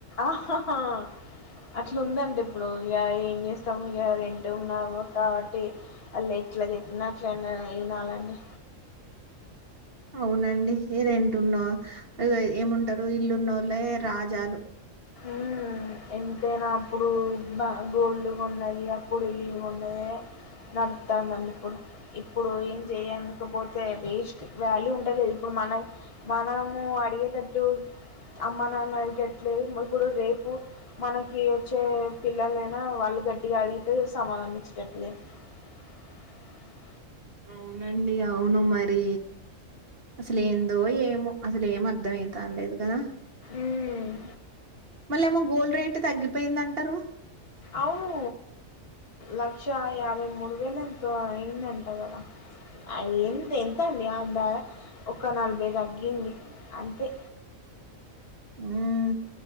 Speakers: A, on the left; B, on the right.
A: ఆహా హా అట్లా ఉందంటడి ఇప్పుడు ఇక ఏం చేస్తాము ఇక రెంట్ ఉన్నావు కాబట్టి వాళ్ళు ఎట్లా చెప్పినా అట్లా వినాలండి.
B: అవునండి రెంటున్న ఏముంటారు ఇల్లునొల్లే రాజాలు
A: ఉం ఎంతైనా అప్పుడు బ గోల్డు కొన్నయి అప్పుడు ఇల్లులు కొన్నదే నడుపుతాందండి ఇప్పుడు ఇప్పుడు ఏం చేయకపోతే వేస్ట్ వాల్యూ ఉంటలేదు ఇప్పుడు మన మనము అడిగేటట్టు అమ్మ నాన్న అయ్యేటట్లే ఇప్పుడు రేపు మనకి వచ్చే పిల్లలైనా వాళ్ళు గట్టిగా అడిగితే సమాధానమిచ్చేటట్లు లేదు <unintelligible>
B: అవునండి అవును మరి అసలే ఏందో ఏమో అసలు ఏం అర్ధమయితన్ లేదు కాద
A: ఉమ్
B: మళ్ళ ఏమో గోల్డ్ రేట్ తగ్గిపోయింది అంటారు
A: అవును లక్ష యాభై మూడు వేలు ఎంతో అయ్యిందటగా అ ఎంత ఎంతండి అందాద ఒక నలభై తగ్గింది అంతే
B: ఉం